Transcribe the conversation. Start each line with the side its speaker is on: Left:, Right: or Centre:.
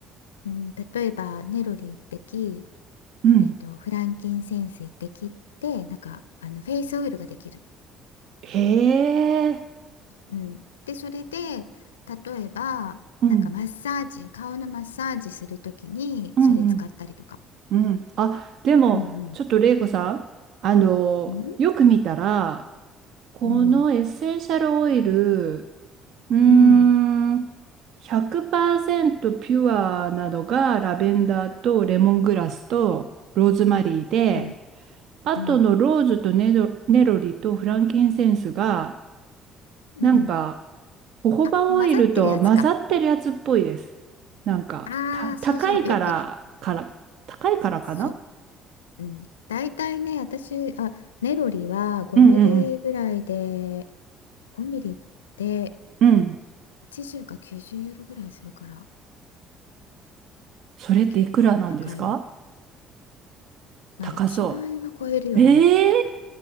Left: うん、例えばネロリ一滴滴、
Right: うん。
Left: えっと、フランキンセンス一滴ってなんかあのフェイスオイルができる。
Right: へえ、
Left: うん、でそれで例えばなんかマッサージ顔のマッサージするときにそれ使ったりとか。
Right: うん、うん、うん。うんあ、でも、
Left: うんうん
Right: ちょっと玲子さん、あの、
Left: うん
Right: よく見たら、このエッセンシャルオイル、
Left: うん
Right: うーん、
Left: うん
Right: 100%ピュアなのがラベンダーとレモングラスとローズマリーで、
Left: うん
Right: あとのローズとネロ、
Left: うん
Right: ネロリとフランキンセンスが、
Left: うん
Right: なんか、ホホバオイルと混ざってるやつっぽいです。
Left: あ、混ざってるやつか。
Right: なんか、
Left: ああ、
Right: た、
Left: そうそう、
Right: 高いから、
Left: よく、
Right: から、高いからかな
Left: そう、うん。大体ね、私、あ、ネロリは5ミリぐらいで、
Right: うんうん
Left: 5ミリで
Right: うん。うん。
Left: 80か90ユーロぐらいするから、
Right: それっていくらなんですか
Left: 結構高いの。まあ、
Right: 高そ
Left: 1万円は超えるよね。
Right: う。ええ